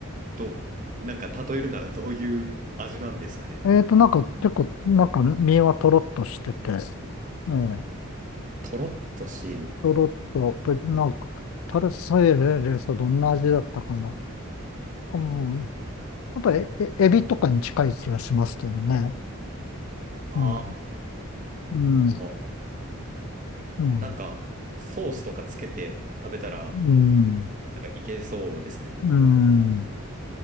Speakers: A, on the right; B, on the left.
A: ど、なんか例えるならどういう味なんですかね。
B: えっと、なんか結構、なんか身はとろっとしてて、ええ、
A: とろっとしている。
B: とろっと、ぷなんか、タルソイレレスはどんな味だったかな。うん、やっぱりえエビとかに近い気がしますけどね。
A: あ
B: うん、うん、
A: あ、
B: うん、
A: なんか、ソースとかつけて食べたら、
B: うん、
A: なんかいけそうですね、僕も。
B: うん。